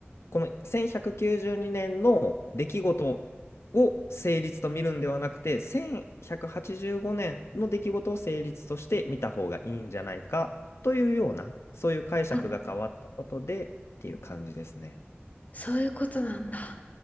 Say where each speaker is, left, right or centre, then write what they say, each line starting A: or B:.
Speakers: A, on the left; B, on the left.
A: この1192年の出来事を成立と見るんではなくて、1185年の出来事を成立として見た方がいいんじゃないかというような、そういう解釈が変わったことでっていう感じですね。
B: あ、そういうことなんだ。